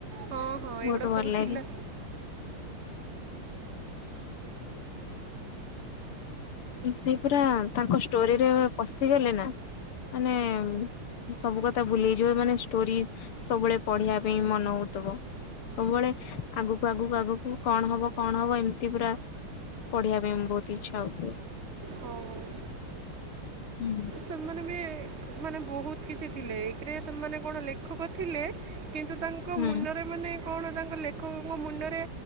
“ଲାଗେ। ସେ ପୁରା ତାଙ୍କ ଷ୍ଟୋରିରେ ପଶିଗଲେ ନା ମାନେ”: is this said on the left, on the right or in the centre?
Left